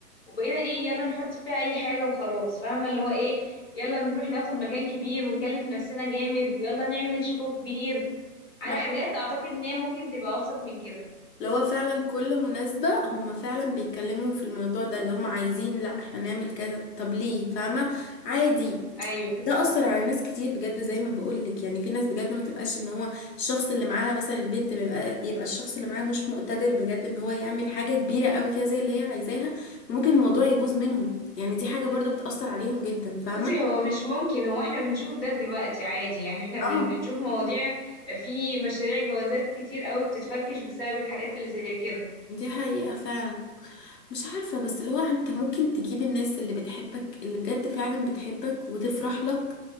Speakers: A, on the left (about 40°); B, on the left (about 90°).
A: وبقينا ايه يلا نحط فيها اي حاجة وخلاص فاهمة اللي هو ايه يلا نروح ناخد مكان كبير ونكلف نفسنا جامد ويلا نعمل شو كبير على
B: ما-
A: حاجات اعتقد ان هي ممكن تبقى ابسط من كده
B: اللي هو فعلا كل مناسبة هم فعلا بيتكلموا في الموضوع ده اللي هم عايزين لا احنا نعمل كذا طب ليه فاهمة عادي
A: ايوه
B: ده اثر على ناس كتير بجد زي ما بقولك يعني في ناس بجد ما تبقاش ان هو الشخص اللي معاها مثلا البنت بيبقى يبقى الشخص اللي معاها مش مقتدر بجد ان هو يعمل حاجة كبيرة قوي كده زي اللي هي عايزاها وممكن الموضوع يبوظ منهم يعني دي حاجة برضو بتأثر عليهم جدا فاهمة
A: بصي هو مش ممكن هو احنا بنشوف ده دلوقتي عادي يعني احنا بن
B: اه
A: بنشوف مواضيع في مشاريع جوازات كتير قوي بتتفركش بسبب الحاجات اللي زي كده
B: دي حقيقة فعلا مش عارفة بس اللي هو انت ممكن تجيب الناس اللي بتحبك اللي بجد فعلا بتحبك وتفرح لك